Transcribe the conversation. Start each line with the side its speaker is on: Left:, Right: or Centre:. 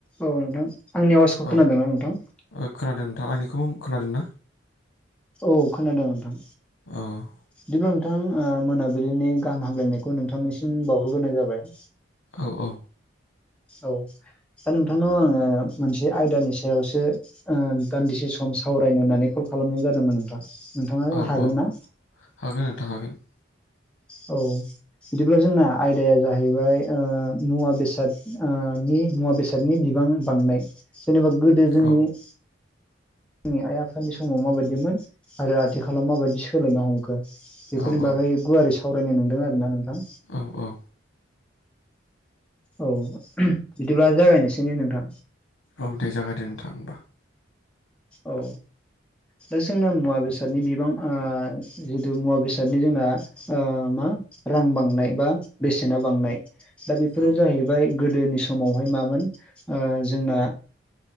Centre: औ नोंथां आंनि आवाजखौ
Left: औ
Centre: खोनादोंना नोंथां
Left: ओ खोनादों नोंथां आंनिखौबो खोनादों ना
Centre: औ खोनादों नोंथां।
Left: अह
Centre: बिदिब्ला नोंथां ओ मोनाबिलिनि गाहाम हामलायनायखौ नोंथांनिसिम बावहरग्रोनाय जाबाय
Left: औ औ।
Centre: औ दा नोंथांनाव आङो मोनसे आयदानि सायावसो ओ दान्दिसे सम सावरायनो होननानै कल खालामनाय जादोंमोन नोंथां नोंथाङा जों
Left: औ
Centre: हागोन
Left: औ
Centre: ना?
Left: हागोन नोंथां हागोन।
Centre: औ। बिदिब्ला जोंना आयदाया जाहैबाय ओ मुवा बेसाद ओ नि मुवा बेसाद बेसादनि बिबां बांनाय जेनेबा गोदो जोंनि
Left: औ
Centre: जोंनि आइ आफानि समाव माबायदिमोन आरो आथिखालाव माबायदि सोलायनो हमदों। बेफोरनि
Left: औ औ
Centre: बागै गुवारै सावरायनाय नोंदों आरो ना नोंथां।
Left: औ औ।
Centre: औ बिदिब्ला जागायनोसै ने नोंथां।
Left: औ दे जागायदे नोंथां होमबा।
Centre: औ। दा जोंना मुवा बेसादनि बिबां जिथु मुवा बेसादनि जोंना मा रां बांनाय बा बेसेना बांनाय दा बेफोरो
Left: औ
Centre: जाहैबाय फ्राय गोदोनि समावहाय मामोन ओ जोंना